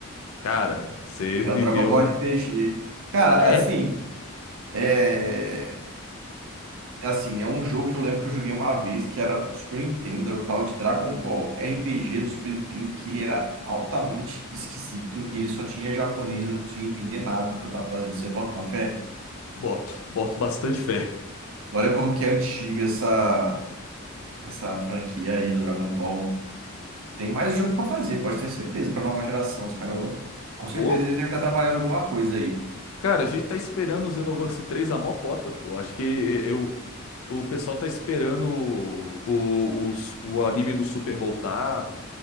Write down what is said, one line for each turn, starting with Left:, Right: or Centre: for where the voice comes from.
Left: Cara, você viveu
Right: É o Dragon Ball
Left: no.
Right: RPG. Cara,
Left: É,
Right: assim. É... É Assim, é um jogo que eu lembro que eu joguei uma vez, que era do Super Nintendo, era o tal de Dragon Ball RPG do Super Nintendo, que ele era altamente esquisito e ele só tinha japonês, eu não conseguia entender nada do que eu tava fazendo. Você bota uma fé?
Left: boto, boto bastante fé.
Right: Olha como que é antiga essa, essa franquia aí do Dragon Ball. Tem mais jogo pra fazer, pode ter certeza, pra nova geração. Os caras vão. Com certeza
Left: Ô,
Right: eles devem estar trabalhando em alguma coisa aí.
Left: cara, a gente tá esperando o Xenoverse 3 a mocota, pô. Acho que eu, o pessoal tá esperando o, o, o, o anime do Super voltar.